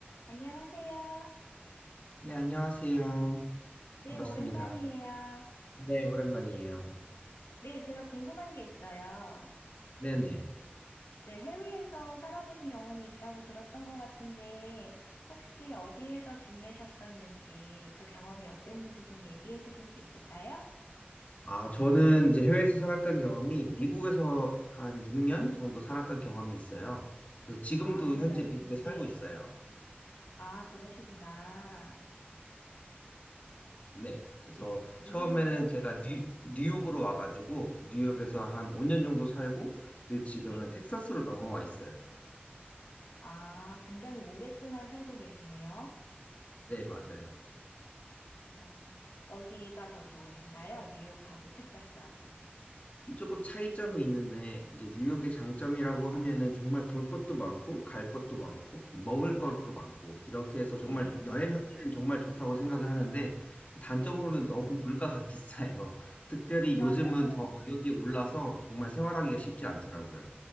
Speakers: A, on the left; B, on the left.
A: 안녕하세요.
B: 네, 안녕하세요.
A: 네,
B: 반갑습니다.
A: 오랜만이에요.
B: 네, 오랜만이에요.
A: 네, 제가 궁금한 게 있어요.
B: 네네.
A: 네, 해외에서 살아보신 경험이 있다고 들었던 것 같은데, 혹시 어디에서 지내셨었는지, 그 경험이 어땠는지 좀 얘기해 주실 수 있을까요?
B: 아, 저는 이제 해외에서 살았던 경험이 미국에서 한 6년 정도 살았던 경험이 있어요. 그래서 지금도
A: 아, 굉장히,
B: 현재 미국에
A: 네.
B: 살고 있어요.
A: 아, 그러시구나.
B: 네. 그래서
A: 미, 미국에서,
B: 처음에는 제가
A: 네,
B: 뉴, 뉴욕으로 와가지고 뉴욕에서 한 5년 정도 살고, 그리고 지금은
A: 네.
B: 텍사스로 넘어와 있어요.
A: 아, 굉장히 오랫동안 살고 계시네요.
B: 네, 맞아요.
A: 어, 어디가 더 좋으신가요? 뉴욕하고 텍사스하고.
B: 이 조금 차이점이 있는데 이제 뉴욕의 장점이라고 하면은 정말 볼 것도 많고 갈 것도 많고 먹을 것도 많고 이렇게 해서 정말
A: 네,
B: 여행하기는 정말 좋다고 생각을 하는데 단점으로는
A: 네.
B: 너무 물가가 <laughs> 비싸요. 특별히
A: 맞아요.
B: 요즘은 더 가격이 올라서 정말 생활하기가 쉽지 않더라고요.